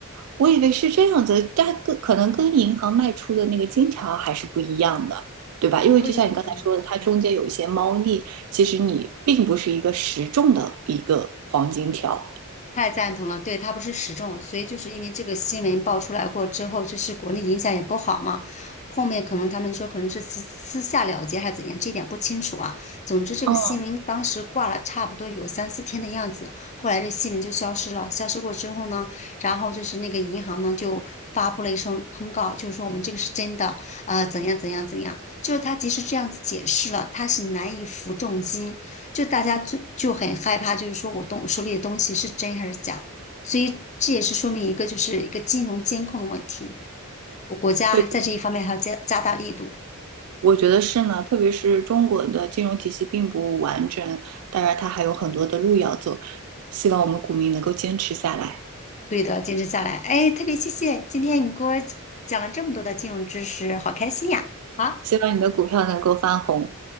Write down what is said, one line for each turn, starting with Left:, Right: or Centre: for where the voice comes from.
Right: 我以为是这样子，但跟可能跟银行卖出的那个金条还是不一样的，对吧？因为就像你刚才说的，
Left: 对样。
Right: 它中间有一些猫腻，其实你并不是一个实重的一个黄金条。
Left: 太赞同了，对，它不是时政，所以就是因为这个新闻爆出来过之后，就是国内影响也不好嘛。后面可能他们说可能是私私下了结还是怎样，这点不清楚啊。总之，这个新闻当时挂了差不多有三四天的样子，
Right: 嗯，
Left: 后来这新闻就消失了。消失过之后呢，然后就是那个银行呢就发布了一声通告，就是说我们这个是真的，呃，怎样怎样怎样。就是他即使这样子解释了，他是难以服众心。就大家就就很害怕，就是说我东手里的东西是真还是假，所以这也是说明一个就是一个金融监控的问题，我国家在这一方面还要加加大力度。
Right: 对。我觉得是呢，特别是中国的金融体系并不完整，当然它还有很多的路要走。希望我们股民能够坚持下来，
Left: 对的，坚持下来，哎，特别谢谢今天你给我讲了这么多的金融知识，好开心呀！好，
Right: 希望你的股票能够翻红，